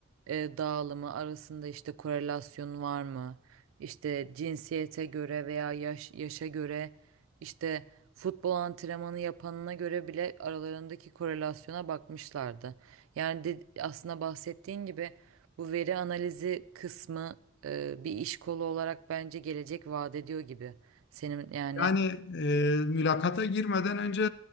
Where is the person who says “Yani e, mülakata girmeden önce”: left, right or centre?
Left